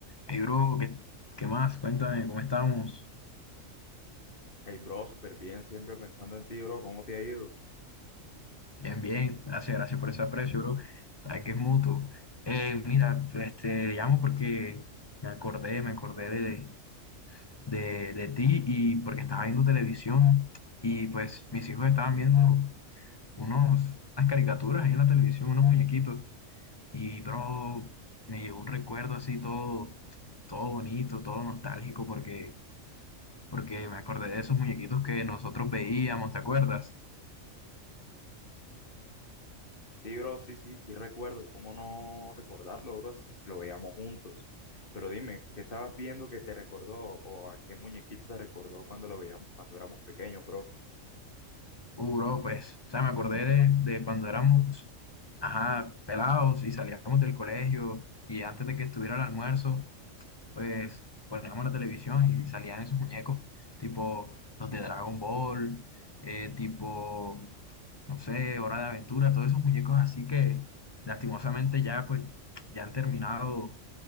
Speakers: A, on the left (about 20°); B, on the left (about 40°).
A: Hey, bro, ¿qué, qué más? Cuéntame, ¿cómo estamos?
B: Hey, bro, súper bien, siempre pensando en ti, bro, ¿cómo te ha ido?
A: Bien, bien, gracias, gracias por ese aprecio, bro. Sabes que es mutuo. Eh, mira, este, te llamo porque me acordé, me acordé de, de, de ti y porque estaba viendo televisión y pues mis hijos estaban viendo unos, unas caricaturas ahí en la televisión, unos muñequitos y, bro, me llegó un recuerdo así todo, todo bonito, todo nostálgico porque, porque me acordé de esos muñequitos que nosotros veíamos, ¿te acuerdas?
B: Sí, bro, sí, sí, sí recuerdo, ¿cómo no recordarlo, bro, si si lo veíamos juntos? Pero dime, ¿qué estabas viendo que te recordó o a qué muñequito te recordó cuando lo veíamos cuando éramos pequeños, bro?
A: Uh, bro, pues, o sea, me acordé de, de cuando éramos, ajá, pelados y salíamos del colegio y antes de que estuviera el almuerzo, pues poníamos la televisión y salían esos muñecos, tipo los de Dragon Ball, eh, tipo, no sé, Hora de Aventura, todos esos muñecos así que lastimosamente ya, pues, ya han terminado